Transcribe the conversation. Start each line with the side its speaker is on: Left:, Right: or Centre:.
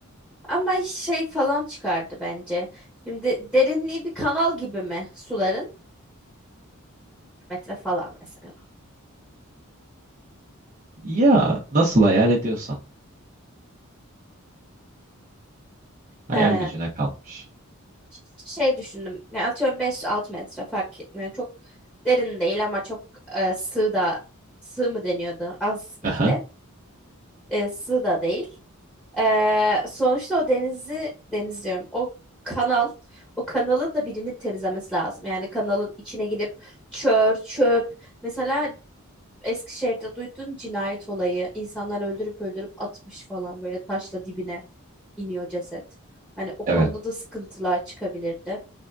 Centre: Ama şey falan çıkardı bence. Şimdi derinliği bir kanal gibi mi suların? metre falan mesela.
Right: Ya nasıl hayal ediyorsan. Hayal
Centre: He.
Right: gücüne kalmış.
Centre: İşte Şey düşündüm. Ya atıyorum beş 6 metre fark etmiyor. Çok derin değil ama çok e, sığ da sığ mı deniyordu? Az işte.
Right: Aha,
Centre: E, sığ da değil. E, sonuçta o denizi deniz diyorum. O kanal o kanalı da birinin temizlemesi lazım. Yani kanalın içine girip çör, çöp. Mesela Eskişehir'de duyduğun cinayet olayı. İnsanlar öldürüp öldürüp atmış falan böyle taşla dibine iniyor ceset. Hani o
Right: evet.
Centre: konuda da sıkıntılar çıkabilirdi.